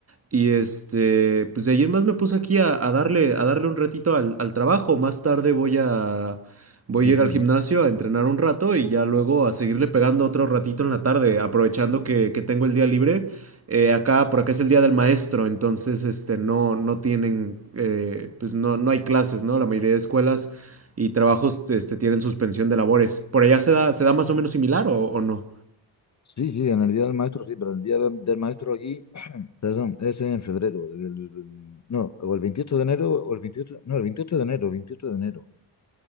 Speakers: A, on the right (about 30°); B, on the left (about 40°).
A: Y este, pues de ayer más me puse aquí a, a darle, a darle un ratito al, al trabajo. Más tarde voy a, Voy
B: Sí,
A: a
B: sí,
A: ir al gimnasio
B: sí.
A: a entrenar un rato y ya luego a seguirle pegando otro ratito en la tarde, aprovechando que, que tengo el día libre. Eh, acá, por acá es el día del maestro, entonces este, no, no tienen, eh, pues no, no hay clases, ¿no? La mayoría de escuelas y trabajos este, tienen suspensión de labores. ¿Por allá se da, se da más o menos similar o, o no?
B: Sí, sí, en el día del maestro sí, pero el día del del maestro aquí... Perdón, es en febrero. el- el- no, o el 28 de enero, o el 28, no, el 28 de enero, 28 de enero.